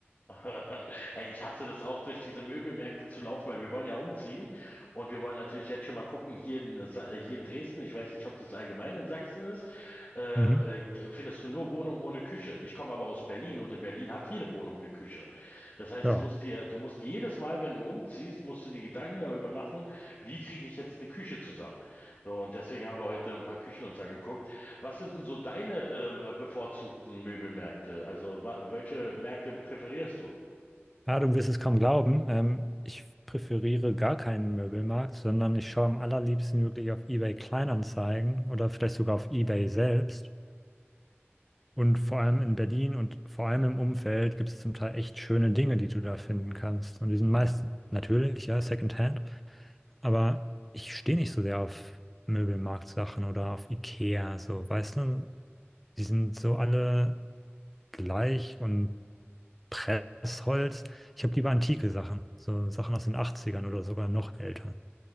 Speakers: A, on the left; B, in the centre.
A: <laughs> Ey, ich hasse das auch, durch diese Möbelmärkte zu laufen, weil wir wollen ja umziehen und wir wollen natürlich jetzt schon mal gucken, hier in, äh, Sa- äh, hier in Dresden, ich weiß nicht, ob das allgemein in Sachsen ist, ähm,
B: Mhm.
A: äh, g- findest du nur Wohnungen ohne Küche. Ich komme aber aus Berlin und in Berlin hat jede Wohnung eine Küche. Das heißt,
B: Ja,
A: du musst dir, du musst jedes Mal, wenn du umziehst, musst du dir Gedanken darüber machen, wie kriege ich jetzt eine Küche zusammen. So, und deswegen haben wir heute ein paar Küchen uns angeguckt. Was sind denn so deine ähm, bevorzugten Möbelmärkte? Also wa- welche Märkte präferierst du?
B: Ja, du wirst es kaum glauben. Ähm, ich präferiere gar keinen Möbelmarkt, sondern ich schaue am allerliebsten wirklich auf eBay Kleinanzeigen oder vielleicht sogar auf eBay selbst. Und vor allem in Berlin und vor allem im Umfeld gibt es zum Teil echt schöne Dinge, die du da finden kannst. Und die sind meist natürlich, ja, Secondhand. Aber ich stehe nicht so sehr auf Möbelmarktsachen oder auf IKEA, so, weißt du? Die sind so alle gleich und Pressholz. Ich habe lieber antike Sachen, so Sachen aus den 80ern oder sogar noch älter.